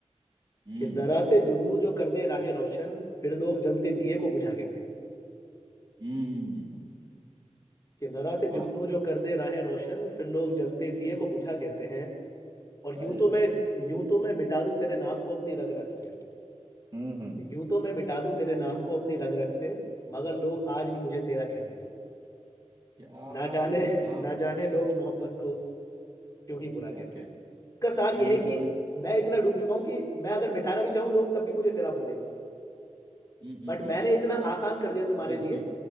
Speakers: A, on the right; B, on the left.
A: हम्म
B: कि जरा से जुगनू जो कर दे राहें रोशन फिर लोग जलते दिए को बुझा कहते हैं
A: हम्म
B: कि जरा से
A: वाह
B: जुगनू जो कर दे राहें रोशन फिर लोग जलते दिए को बुझा कहते हैं और
A: आए
B: यूं तो
A: हाय
B: मैं
A: हाय
B: यूं तो मैं मिटा दूं तेरे नाम को अपनी रग रग से
A: हम्म हम्म
B: यूं तो मैं मिटा दूं तेरे नाम को अपनी रग रग से मगर लोग आज भी मुझे तेरा कहते हैं
A: क्या
B: ना
A: बात
B: जाने
A: है क्या बात
B: ना जाने
A: है
B: लोग मोहब्बत को क्यों ही बुरा
A: क्या
B: कहते
A: क्या
B: हैं इसका
A: क्यों
B: सार यह
A: ही
B: है कि
A: बुरा
B: मैं इतना डूब चुका हूं कि मैं अगर मिटाना भी चाहूं लोग तब भी मुझे तेरा बोलेंगे
A: हम्म हम्म
B: बट
A: हम्म
B: मैंने इतना आसान कर दिया तुम्हारे
A: रस
B: लिए
A: जी